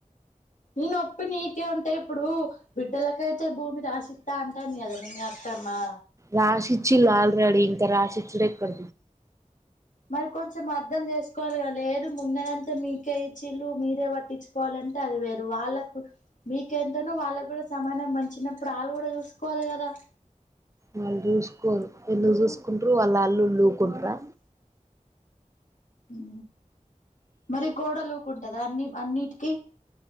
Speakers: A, on the left (about 65°); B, on the right (about 20°).
A: నీ నొప్పి నీకే ఉంటా ఇప్పుడు బిడ్డలకైతే భూమి రాసిస్తా అంటందిగా మీ అత్తామ్మా
B: రాసిచ్చిల ఆల్రెడీ ఇంకా రాసి ఇచ్చడు ఎక్కడ
A: మరి కొంచెం అర్ధం చేసుకోవాలి కద లేదు ఉన్నడంత మీకే ఇచిల్లు మీరేవ పట్టించుకోవాలంటే అది వేరు వాళ్ళకి మీకెంతనో వాళ్ళకు కూడా సమానం పంచినప్పుడు వాళ్ళు కూడా చూసుకోవాలి కదా
B: వాళ్ళు చూసురో ఎన్నో చూసుకుంటారు వాళ్ళు అల్లులు ఉకుంటార
A: ఉ మరి కోడలుకుంటది అన్ని అన్నిటికీ